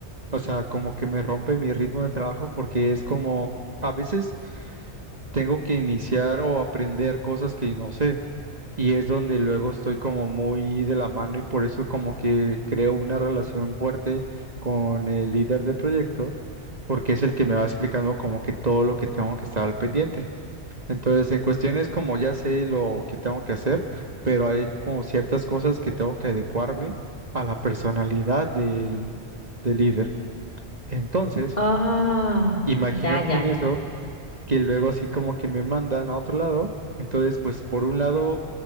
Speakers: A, on the right (about 35°); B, on the left (about 35°).
A: O sea, como que me rompe mi ritmo de trabajo porque es como, a veces tengo que iniciar o aprender cosas que no sé. Y es donde luego estoy como muy de la mano y por eso como que creo una relación fuerte con el líder de proyecto, porque es el que me va explicando como que todo lo que tengo que estar al pendiente. Entonces, en cuestiones como ya sé lo que tengo que hacer, pero hay como ciertas cosas que tengo que adecuarme a la personalidad del, del líder. Entonces,
B: Ah,
A: Imagínate
B: ya, ya,
A: en
B: ya.
A: eso, que luego así como que me mandan a otro lado, entonces pues por un lado